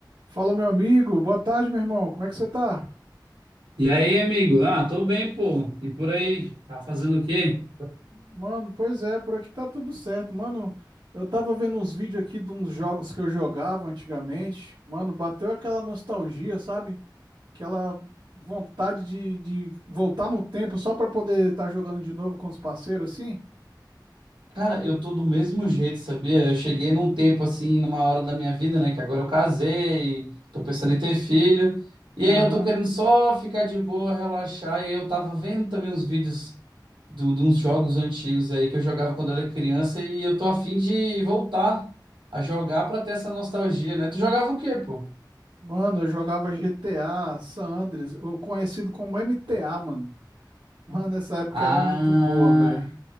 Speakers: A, on the right; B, on the right.
A: Fala, meu amigo. Boa tarde, meu irmão. Como é que você tá?
B: E aí, amigo? Ah, tô bem, pô. E por aí? Tá fazendo o quê?
A: Mano, pois é, por aqui tá tudo certo. Mano, eu tava vendo uns vídeos aqui de uns jogos que eu jogava antigamente. Mano, bateu aquela nostalgia, sabe? Aquela vontade de, de voltar no tempo só pra poder estar jogando de novo com os parceiros, assim.
B: Cara, eu tô do mesmo jeito, sabia? Eu cheguei num tempo assim, numa hora da minha vida, né? Que agora eu casei, tô pensando em ter filho. E
A: Aham.
B: aí eu tô querendo só ficar de boa, relaxar. E aí eu tava vendo também uns vídeos do, de uns jogos antigos aí que eu jogava quando era criança. E eu tô a fim de voltar a jogar pra ter essa nostalgia, né? Tu jogava o quê, pô?
A: Mano, eu jogava GTA, San Andreas, ou conhecido como MTA, mano. Mano, essa época
B: Ah,
A: era muito boa, velho. Não